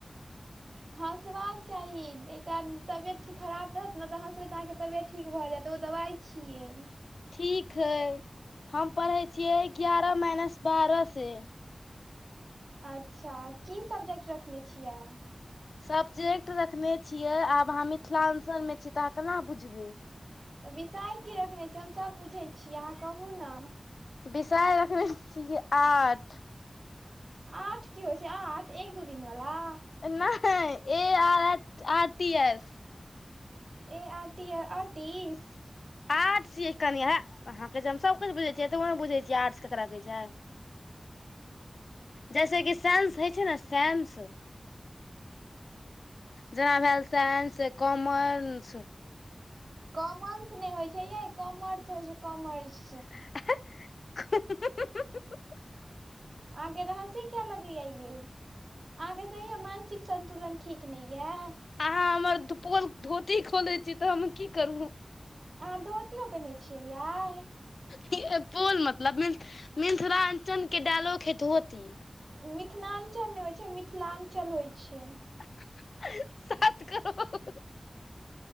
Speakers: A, on the right (about 65°); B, on the left (about 85°).
A: हँसबाक चाही एकटा तबियत खराब रहत ने, तऽ हंसबे अहाँके तऽ तबियत ठीक भऽ जायत, ओ दबाइ छियै।
B: ठीक हइ, हम पढ़ै छियै ग्यारह माइनस बारह से।
A: अच्छा की सब्जेक्ट रखने छियै।
B: सब्जेक्ट रखने छियै, आब अहाँ मिथिलाञ्चल में छी तऽ अहाँ केना बुझबै।
A: विषय की रखने छियै, हम सभ बुझै छियै अहाँ कहू ने।
B: बिषय रखने छियै आर्ट।
A: आठ की होइ छै, आठ एक -दू दिन बला।
B: नै A- R- R T- S.
A: A - R -T -I आटीटीस।
B: आर्ट्स छियै कनि है, अहाँ कहै हम सभकछु बुझैत छियै, एतबो ने बुझैत छिय आर्ट्स केकरा कहै छै। जैसे कि सैन्स होइ छै ने सैन्स जेना भेल साइंस कॉमन्स
A: कॉमन्स नहि होइत छै यै, कॉमर्स होइ छै कॉमर्स।
B: <unintelligible>
A: अहाँके एते हंसी कियाा लगैया ये। अहाँके बुझाए या मानसिक संन्तुलन ठीक नहि यऽ।
B: अहाँ हमर दु पोल धोती खोलै छी तऽ हम की करू?
A: अहाँ धोतियो पेन्है छियै यै?
B: हे यै पोल मतलब मिथ मिल्थलाञ्चल के डायलोग हइ धोती।
A: मिल्थलाञ्चल नै होइत छै मिथिलाञ्चल होइ छै।
B: <unintelligible> सात करो